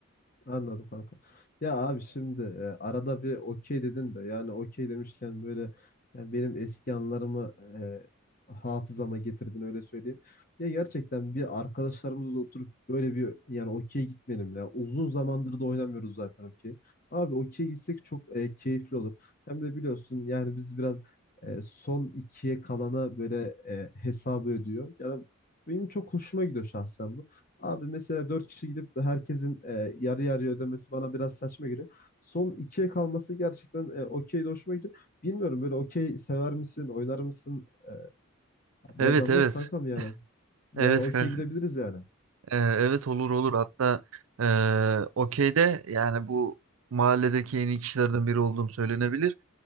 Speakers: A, on the left; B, on the right.
A: Anladım kanka. Ya abi şimdi e, arada bir okey dedin de yani okey demişken böyle yani benim eski anılarımı e, hafızama getirdin öyle söyleyeyim. Ya gerçekten bir arkadaşlarımızla oturup böyle bir yani okey gitmeyelim ya. Uzun zamandır da oynamıyoruz zaten okey. Abi okey gitsek çok e, keyifli olur. Hem de biliyorsun yani biz biraz e, son ikiye kalana böyle e, hesabı ödüyor. Yani benim çok hoşuma gidiyor şahsen bu. Abi mesela dört kişi gidip de herkesin e, yarı yarıya ödemesi bana biraz saçma geliyor. Son ikiye kalması gerçekten e, okey de hoşuma gidiyor. Bilmiyorum böyle okey sever misin, oynar mısın? E, biraz
B: Evet
A: anlat
B: evet.
A: kankam yani. Yani
B: Evet
A: okey
B: kanka.
A: gidebiliriz yani.
B: Ee, evet olur olur hatta e, okeyde yani bu mahalledeki en iyi kişilerden biri olduğum söylenebilir.